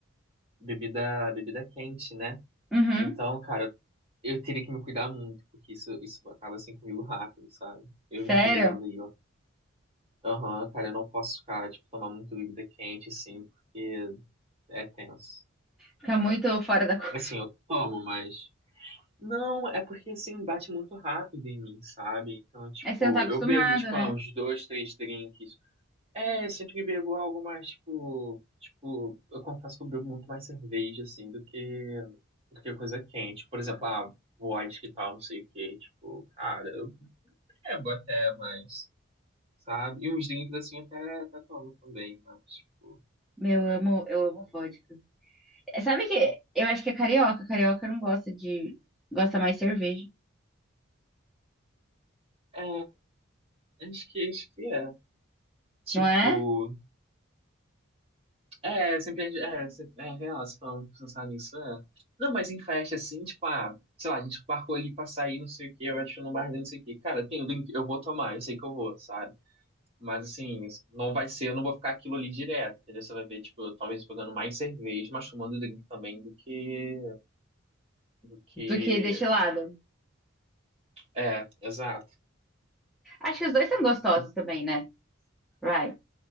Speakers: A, on the right; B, in the centre.
A: bebida, bebida quente, né?
B: Uhum.
A: Então, cara, eu teria que me cuidar muito, porque isso, isso acaba assim comigo rápido, sabe? Eu
B: Sério?
A: me entregando aí, ó. Aham, cara, eu não posso ficar, tipo, tomar muito bebida quente, assim, porque é tenso.
B: Fica muito fora da <laughs> cor.
A: Assim, eu tomo, mas. Não, é porque, assim, bate muito rápido em mim, sabe? Então, tipo,
B: É que você não tá acostumado,
A: eu bebo, tipo,
B: né?
A: ah, uns dois, três drinks. É, eu sempre bebo algo mais, tipo. Tipo, eu confesso que eu bebo muito mais cerveja, assim, do que. do que coisa quente. Por exemplo, ah, vodka e tal, não sei o quê. Tipo, cara, eu É, até mas, sabe? E uns drinks assim até, até tomo também, mas, tipo,
B: Meu, eu amo, eu amo
A: não
B: vodka.
A: varia.
B: Sabe que eu acho que é carioca. Carioca não gosta de. Gosta mais de cerveja,
A: É, acho que, acho que é. Tipo,
B: não é?
A: é, sempre, é, sempre- é real, se falando, pensar nisso, é. Não, mas em festa, assim, tipo, ah, sei lá, a gente marcou ali pra sair, não sei o que, eu acho no barzinho, não sei o que. Cara, tem o drink, eu vou tomar, eu sei que eu vou, sabe? Mas, assim, não vai ser, eu não vou ficar aquilo ali direto, entendeu? Você vai ver, tipo, talvez pegando mais cerveja, mas tomando drink também do que, do que,
B: Do que destilado.
A: é, exato.
B: Acho que os dois são gostosos também, né? Vai.